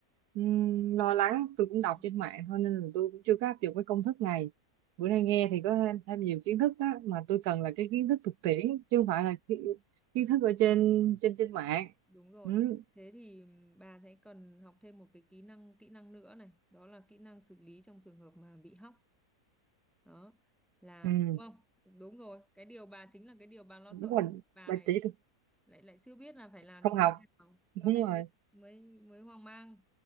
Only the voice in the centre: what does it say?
Ừ.
Ừ.
Đúng rồi.
Thế thì bà sẽ cần học thêm một cái kỹ năng kỹ năng nữa này, đó là kỹ năng xử lý trong trường hợp mà bị hóc. Đó là
đúng không? Đúng rồi, cái điều bà chính là cái điều bà lo
sợ
nhưng bà
lại
lại lại chưa biết là phải làm
như
thế nào.
Cho nên
mới mới mới hoang mang.